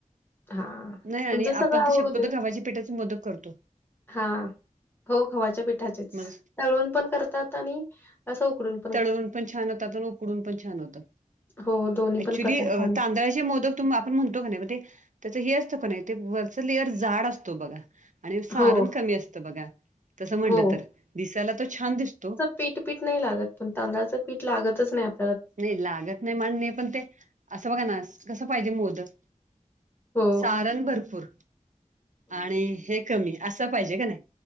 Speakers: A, on the left; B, on the right.
A: हां.
B: नाही
A: तुमचं सगळं
B: आपण
A: आवरू
B: तर शक्यतो गव्हाच्या पिठाचे मोदक करतो
A: हा हो गव्हाच्या पिठाचेच
B: मग
A: तळून पण करतात आणि असं उकडून
B: तळून पण छान होतात उकडून पण छान होतं
A: हो, दोन्ही
B: ऍक्च्युली
A: पण प्रकारचे आम्ही
B: तांदळाचे मोदक आपण म्हणतो का नाही ते त्याच हे असतं का नाही वरच लेअर जाड असतो बघा आणि सारण
A: हो.
B: कमी असतं बघा तसं म्हटलं
A: हो,
B: तर दिसायला तो छान दिसतो
A: पीठ, पीठ नाही लागत पण तांदळाचं पीठ लागतच नाही आप
B: नाही लागत नाही मान्य पण ते असं बघा ना कसं पाहिजे मोदक
A: हो,
B: सारण भरपूर आणि हे कमी असं पाहिजे का नाही